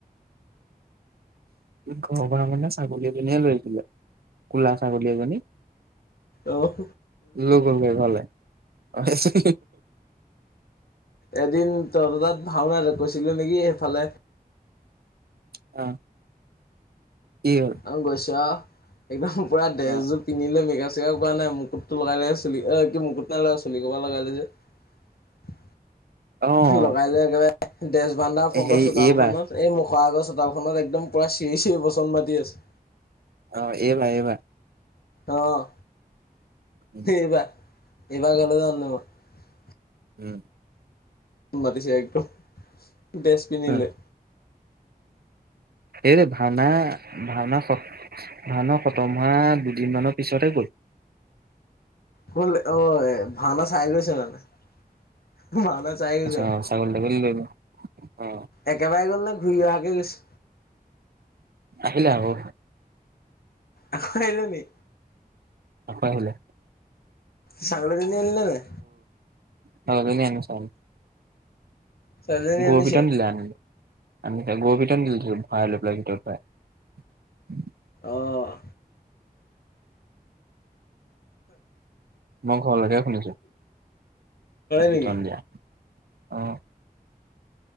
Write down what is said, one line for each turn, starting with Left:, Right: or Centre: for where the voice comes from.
Right: ঘৰ পা মানে ছাগলী এজনী লৈ আহিছিলে। কুলা ছাগলী এজনী
Left: অহ
Right: লৈ গ'ল গে ঘৰলে অ এজনী
Left: এদিন তহঁত তাত ভাওনাত গৈছিলো নেকি সেইফালে?
Right: অ। কি হ'ল?
Left: আৰু গৈছোঁ আও একদম পুৰা ড্ৰেছযোৰ
Right: অ
Left: পিন্ধিলৈ মেকাপ- চেকাপ কৰা নাই মুকুতটো লগাই লৈ চুলি এ কি মুকুত নাই লগোৱা চুলিখোপা লগাই লৈছে।
Right: অ।
Left: লগাই লৈ একেবাৰে দেচ বানদা ফন্দৰ
Right: হেৰি
Left: চোতাল
Right: এইবাৰ
Left: খনত এই খোৱাক চোতালখনত একদম পূৰা চিৰি চিঞৰি বচন মাতি আছে।
Right: অ এইবাৰ এইবাৰ।
Left: অহ,
Right: উম
Left: এইবাৰ। এই বা ঘৰলে যাওঁতে মই।
Right: উম।
Left: মাতিছে একদম ডেষ্ট পিন্ধিলই।
Right: উম এইৰে ভাওনা ভাওনা ভাওনা খতম হোৱা দুদিনমানৰ পিছতেই গ'ল।
Left: হ'ল অৱে। ভাওনা চাই গৈছে মানে - ভাওনা চাই গৈছে মানে।
Right: অ ছাগলী তাগলী লৈ গল অ
Left: একেবাৰে গ'ল নে ঘূৰি অহাকে গৈছে?
Right: আহিলে আকৌ।
Left: আকৌ', আহিলে নেকি
Right: আকৌ আহিলে
Left: ছাগলী জনী আনিলে নাই?
Right: ছাগলী জনী আনিছে
Left: ছোৱালীজনী
Right: গৰু
Left: আনিছে
Right: পিতন দিলে আনি আমি এতিয়া গৰু পিতন দিলে ধৰিভৰাই লৈ পেলাই ভিতৰত ভৰাই
Left: অঁহ
Right: মই ঘৰলৈকে শুনিছো পিতন
Left: নেকি
Right: দিয়া অহ